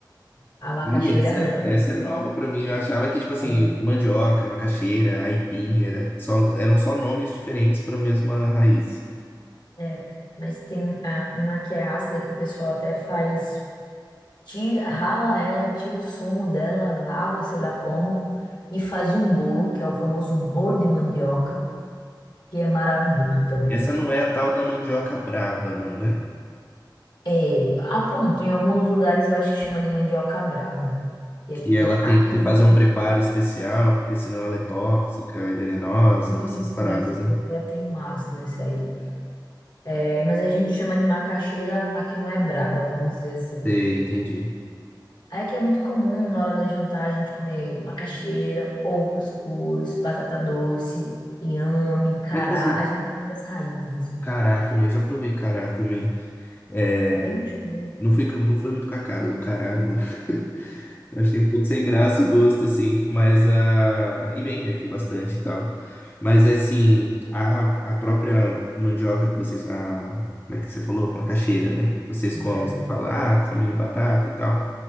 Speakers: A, on the left; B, on the left.
A: a macaxeira
B: Ih, essa
A: não.
B: é, essa é nova pra mim. Eu achava que, tipo assim,
A: né?
B: mandioca, macaxeira, aipim, era só, eram só nomes diferentes pra mesma raiz.
A: É, mas tem a- uma que é ácida que o pessoal até faz, tira, rala ela, tira o sumo dela, lava, sei lá como, e faz um bolo, que é o famoso bolo de mandioca, que é maravilhoso também.
B: Essa não é a tal da mandioca brava, não, né?
A: É, ah, pronto, em alguns lugares eu acho que chama de mandioca braba. E
B: que
A: aqui tem,
B: ela
A: aqui
B: tem que ter-
A: a gente
B: fazer
A: chama
B: um preparo especial, porque senão ela é tóxica, é venenosa,
A: isso,
B: essas paradas,
A: isso,
B: né?
A: porque ela tem um ácido esse aí. É, mas a gente chama de macaxeira, aqui não é braba, vamos dizer assim.
B: Sei, entendi.
A: Aí que é muito comum na hora da jantar a gente comer macaxeira, ou cuscuz, batata doce, inhame, cará,
B: Mas, tipo assim,
A: a gente tem as raízes.
B: cará também, já provei cará também. É,
A: É bem gostoso.
B: não fui, não foi muito com a cara do cará, não. <laughs> Eu achei um pouco sem graça o gosto, assim, mas a. E vende aqui bastante e tal. Mas é assim, a, a própria mandioca que vocês. A... Como é que você falou? Macaxeira, né? Vocês
A: comer
B: comem,
A: a macaxeira.
B: você fala, ah, come batata e tal,